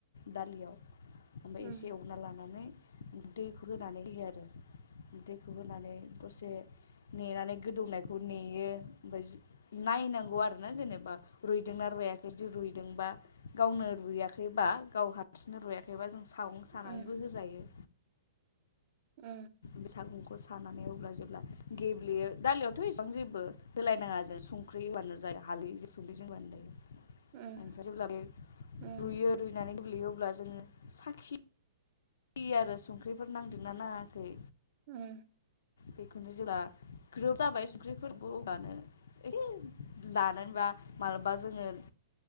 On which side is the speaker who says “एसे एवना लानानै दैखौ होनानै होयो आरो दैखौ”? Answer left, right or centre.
Left